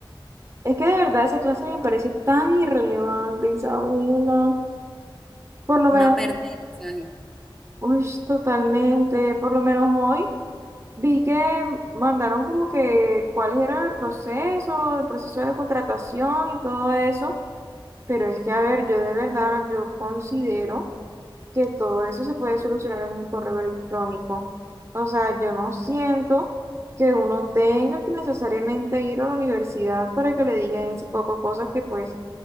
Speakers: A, on the right (about 30°); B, in the centre.
A: Es que de verdad esa clase me parece tan irrelevante, Isabela. Por lo
B: Una
A: menos,
B: pérdida de pasaje.
A: uy, totalmente. Por lo menos hoy vi que mandaron como que cuáles eran el proceso, el proceso de contratación y todo eso. Pero es que, a ver, yo de verdad, yo considero. que todo eso se puede solucionar en un correo electrónico. O sea, yo no siento que uno tenga que necesariamente ir a la universidad para que le digan ese poco de cosas que pues